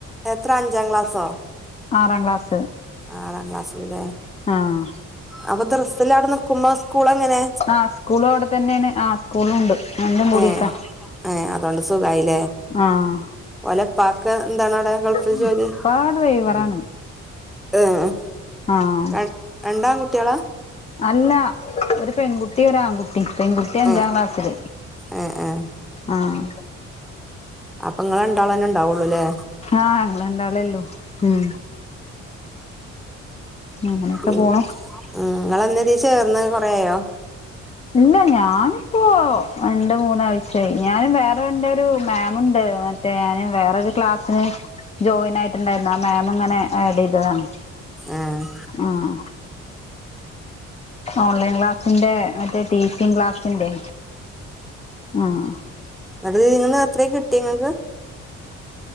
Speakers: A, in the centre; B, on the left.
A: എത്ര അഞ്ചാം ക്ലാസ്സോ
B: ആറാം ക്ലാസ്
A: ആറാം ക്ലാസ് ല്ലേ
B: ആഹ്
A: അപ്പൊ ദർസിൽ അവിടെ നിൽക്കുമ്പോൾ സ്കൂൾ എങ്ങനെ
B: ആ സ്കൂളും അവിടെ തന്നെയാണ് ആ സ്കൂളും ഉണ്ട് രണ്ടും കൂടിട്ടാ
A: ഏഹ് ഏഹ് അതുകൊണ്ട് സുഖായില്ലേ
B: ആഹ്
A: ഓലെ ഉപ്പാക്ക് എന്താണ് അവിടെ ഗൾഫിൽ
B: ഉപ്പ
A: ജോലി
B: അവിടെ ഡ്രൈവറാണ്
A: ഏഹ്
B: ആഹ്
A: ര രണ്ടാൺകുട്ടികളാ
B: അല്ല ഒരു പെൺകുട്ടി ട്ടി ഒര് ആൺ കുട്ടി പെൺകുട്ടി അഞ്ചാം
A: ഏഹ്
B: ക്ലാസിൽ
A: ഏഹ് ഏഹ്
B: ആഹ്
A: അപ്പം ഇങ്ങൾ രണ്ടാളും തന്നെ ഉണ്ടാവുള്ളൂല്ലേ
B: ആഹ് രണ്ടാൾ ഒള്ളൂ ഉം അങ്ങനെയൊക്കെ
A: ഉം
B: പോണു
A: നിങ്ങൾ എന്നെ ഇതിൽ ചേർന്നത് കൊറയയോ
B: ഇല്ല ഞാനിപ്പോ രണ്ട് മൂന്നാഴ്ചായി ഞാനും വേറെ എന്റെറെ ഒരു ഉണ്ട് മറ്റോ വേറെ ഒരു ക്ലാസിന് ചേയി നായി ണ്ടായിരുന്നു ആ മാം ഇങ്ങനെ ആഡ് ചെയ്തതാണ്
A: ആഹ്
B: ആഹ് ഓൺലൈൻ ക്ലാസ്സിന്റെ മറ്റേ ടീച്ചിങ് ക്ലാസ്സിന്റെ ആഹ്
A: അ ഇത് നിങ്ങന്ന് എത്രയ കിട്ടി നിങ്ങൾക്ക്